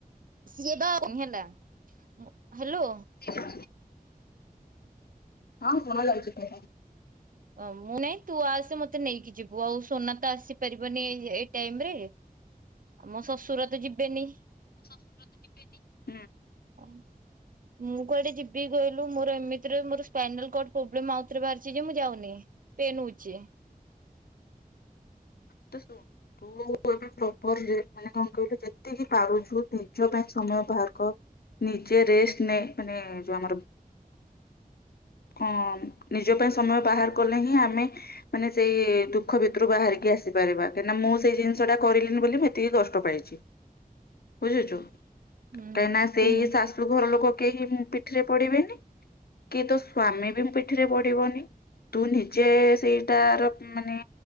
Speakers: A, on the right (about 60°); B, on the left (about 85°).
A: ସିଏ ବା <inaudible> ହ୍ୟାଲୋ
B: ହଁ ହଁ ଶୁଣା ଯାଉଛି କୁହ।
A: ଓ ମୁଁ ନାଇଁ ତୁ ଆସେ ମତେ ନେଇକି ଯିବୁ। ଆଉ ସୋନା ତ ଆସିପାରିବନି ଏ ଏଇ ଟାଇମ ରେ। ମୋ ଶ୍ୱଶୁର ତ ଯିବେନି।
B: ଶଶୁର ତ ଯିବେନି।
A: ହଁ ମୁଁ କୁଆଡେ ଯିବ ବି କହିଲୁ ମୋର ଏମିତିରେ ମୋର ସ୍ପାଇନାଲକଡ଼ ପ୍ରୋବ୍ଲେମ ଆଉଥରେ ବାହାରିଛି ଯେ ମୁଁ ଯାଉନି। ପେନ୍ ହଉଚି।
B: ତ ଶୁଣ ତୁ ଏବେ ପ୍ରପର ରେଷ୍ଟ ନେ ମାନେ କଣ କହିଲୁ ଯେତିକି ପାରୁଛୁ ନିଜ ପାଇଁ ସମୟ ବାହାର କର। ନିଜେ ରେଷ୍ଟ୍ ନେ ମାନେ ଯୋଉ ଆମର ହଁ ନିଜ ପାଇଁ ସମୟ ବାହାର କଲେ ହିଁ ଆମେ ମାନେ ସେ-ଏ-ଏ-ଏ ଦୁଃଖ ଭିତରୁ ବାହାରିକି ଆସି ପାରିବା। କାହିଁକିନା ମୁଁ ସେଇ ଜିନିଷ ଟା କରିଲିନି ବୋଲି ମୁଁ ଏତିକି କଷ୍ଟ ପାଇଲି। ବୁଝୁଚୁ
A: ହୁଁ
B: କାହିଁ ନା ସେଇ
A: ହୁଁ
B: ଶାଶୁ ଘର ଲୋକ କେହି ପିଠିରେ ପଡିବେନି କି ତୋ ସ୍ଵାମୀ ବି ପିଠିରେ ପଡ଼ିବନି ତୁ ନିଜେ ସେଇଟାର ମାନେ